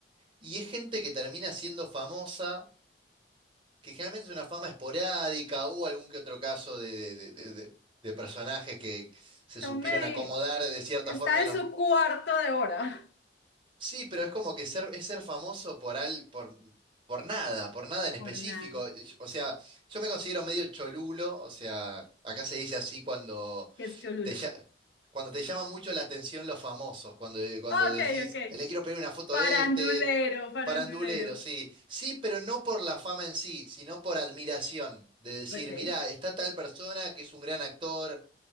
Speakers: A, on the right (about 25°); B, on the left (about 70°).
A: y es gente que termina siendo famosa que generalmente es una fama esporádica, o algún que otro caso de, de- de- de- de personajes que se
B: Tom
A: supieron
B: Medi
A: acomodar de cierta
B: está
A: forma en
B: en
A: los...
B: su cuarto de hora.
A: Sí, pero es como que ser, es ser famoso por, al, por, por nada, por nada en específico.
B: Por nada.
A: O sea, yo me considero medio cholulo, o sea, acá se dice así cuando
B: Que es Cholulo.
A: te, lla- cuando te llama mucho la atención los famosos, cuando, cuando
B: Ok,
A: decís,
B: ok.
A: "Eh, le quiero pedir una foto
B: Farandulero,
A: a este.
B: farandulero.
A: Farandulero, sí. Sí, pero no por la fama en sí, sino por admiración. De decir,
B: Ok.
A: mirá, está tal persona que es un gran actor